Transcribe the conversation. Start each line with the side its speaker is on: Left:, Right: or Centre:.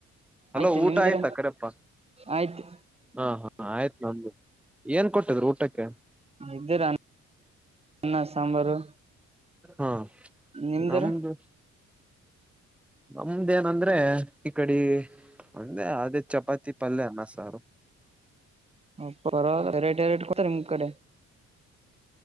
Centre: ಹಲೋ
Right: ಆಯ್ತು
Centre: ಊಟ
Right: ನಿಮ್ದ್ರ
Centre: ಆಯ್ತಾ ಕರೇಪ್ಪ.
Right: ಆಯ್ತು
Centre: ಹಾ ಹಾ ಆಯ್ತ್ ನಂದು ಏನ್ ಕೊಟ್ಟಿದ್ರರು ಊಟಕ್ಕೆ.
Right: ಇದ್ದೆರೀ ಅನ್ನ ಸಾಂಬಾರು.
Centre: ಹಾ
Right: ನಿಮ್ದರ
Centre: ನಮ್ದು, ನಮ್ದೇನಂದ್ರೆ ಈ ಕಡಿ ಒಂದೆ ಅದೇ ಚಪಾತಿ ಪಲ್ಯ ಅನ್ನ ಸಾರು
Right: ಅಪ್ಪ ವೆರೈಟಿ ವೆರೈಟಿ ಕೊಡ ನಿಮ್ ಕಡೆ